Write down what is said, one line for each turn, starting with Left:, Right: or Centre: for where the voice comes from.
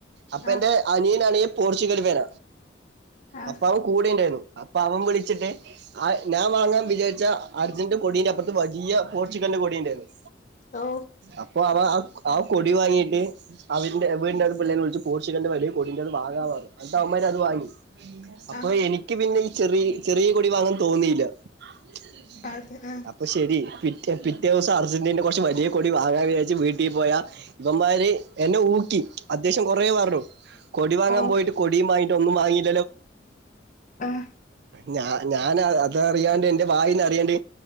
Right: അപ്പൊ
Left: ആഹ്
Right: എന്റെ അനിയനണിയ പോർച്ചുഗൽ പേര
Left: ആഹ്
Right: അപ്പ അവൻ കൂടെ ഉണ്ടായിരുന്നു അപ്പൊ അവൻ വിളിച്ചിട്ട് ആ ഞാൻ വാങ്ങാൻ വിചാരിച്ച അർജന്റ് കൊഡിന്റെ അപ്പറത്ത് വലിയ പോർച്ചുഗൽ ഇന്റെ കൊടി ഉണ്ടായിരുന്നു
Left: ഓ
Right: അപ്പൊ അവ ആ കൊടി വാങ്ങയിട്ട് അവന്റെ വീടിന്റെത് പിള്ളേെ വിളിച്ച് പോർഷികളന്റെ വലിയ കൊടിറ അത് വാങ്ങാവാു അന്നട്ട് അവന്മാർ അത് വാങ്ങി അപ്പൊ
Left: ആഹ്
Right: എനിക്ക് പിന്നെ ഈ ചെറിയ ചെറിയ കൊടി വാങ്ങാൻ തോന്നിയില്ല അ <unintelligible>
Left: അതെ ആഹ്
Right: അപ്പൊ ശരി പിറ്റേ പിറ്റേ ദിവസം അർജന്റീനെ കുറച്ച് വലിയ കൊൊടി വാങ്ങാൻ വിചാരിച്ചച്ച് വീട്ടീ പോയാ ഇവന്മാര് എന്നെ ഊക്കി അത്യാശ്യം കൊറെ പറഞ്ഞു കൊടി വാങ്ങാൻ
Left: ഓ
Right: പോയിട്ട് കൊടിയ വാങ്ങട്ട് ഒന്ന് വാങ്ങിട്ട്
Left: ആഹ്
Right: ഞ ഞാൻ അത അറിയാണ്ട് എന്റെ വായിന്ന് അറിയാണ്ട്